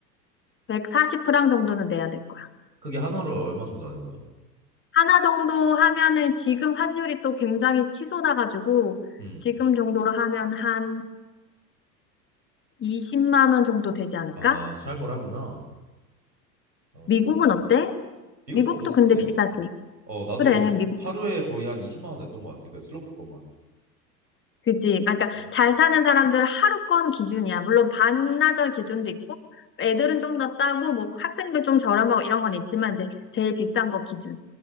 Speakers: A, on the left; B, on the right.
A: 140프랑 정도는 내야 될 거예요.
B: 그게 하나로 얼마 정도 하는 거야?
A: 하나 정도 하면은 지금 환율이 또 굉장히 치솟아가지고
B: 음,
A: 지금 정도로 하면 한 20만 원 정도 되지 않을까?
B: 아, 살벌하구나. 음,
A: 미국은 어때?
B: 미국도
A: 미국도
B: 비슷해.
A: 근데 비싸지.
B: 어, 나도
A: 그래, 미국도.
B: 하루에 거의 한 20만 원 냈던 것 같아. 그 슬로프 것만.
A: 그지. 아, 그러니까
B: 음,
A: 잘 타는 사람들은 하루권 기준이야. 물론 반나절 기준도 있고 애들은 좀 더 싸고 뭐 학생들 좀 저렴하고 이런 건 있지만 이제 제일 비싼 거 기준.